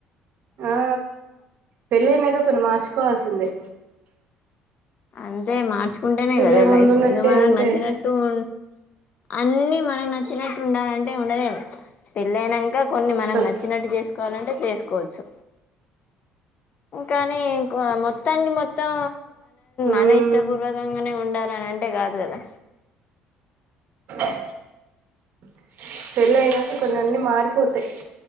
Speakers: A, on the right; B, on the left.
A: ఆ పెళ్ళి అయిన్నాక కొన్ని మార్చుకోవాల్సిందే
B: అంతే మార్చ్ కుంటేనే
A: పెళ్ళై
B: కదా
A: ముందున్నట్టే
B: లైఫ్ ఇగ మనకు
A: ఉంటే
B: నచ్చినట్టు
A: ఎట్లా
B: ఉ అన్ని మనకు నచ్చినట్టు ఉండాలంటే ఉండలేం పెళ్ళి అయిన్నా ఇంకా కొన్ని
A: అస్సలు
B: మనం నచ్చినట్టు చేసుకోవాలంటే చేస్ కొవచ్చు కాని మొత్తానికి మొత్తం
A: ఉమ్
B: మన ఇష్టపూర్వకంగానే ఉండాలి. అలానంటే కాదు కదా
A: <unintelligible> పెళ్ళి అయ్యేదాకా కొన్నని మారిపోతాయ్